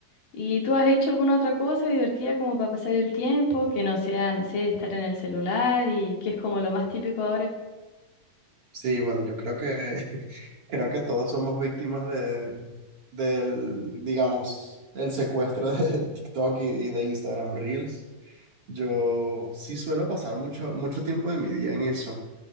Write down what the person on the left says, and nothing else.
¿Y tú has hecho alguna otra cosa divertida como para pasar el tiempo, que no sea, no sé, estar en el celular y que es como lo más típico ahora?